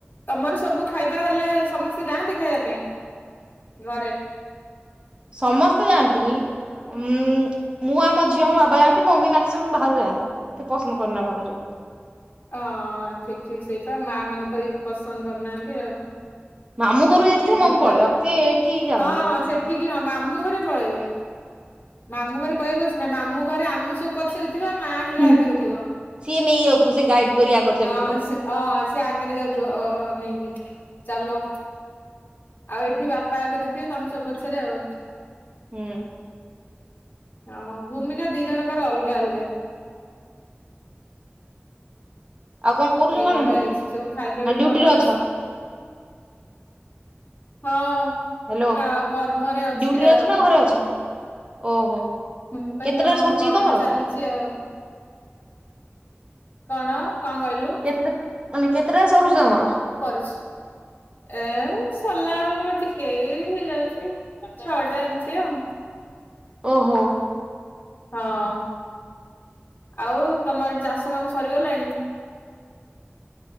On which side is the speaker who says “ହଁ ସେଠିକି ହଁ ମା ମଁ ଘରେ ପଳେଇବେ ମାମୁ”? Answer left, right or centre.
Left